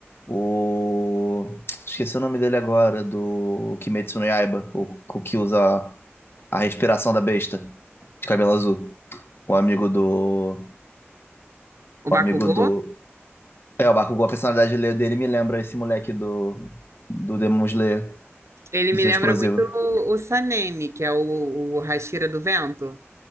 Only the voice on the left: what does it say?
o. Esqueci o nome dele agora, do Kimetsu no Yaiba, o, o que usa a, a respiração da besta, de cabelo azul. O amigo do.
O
amigo do. É, o Bakugou, a personalidade dele dele me lembra esse moleque do, do Demon Slayer,
de
ser
explosivo.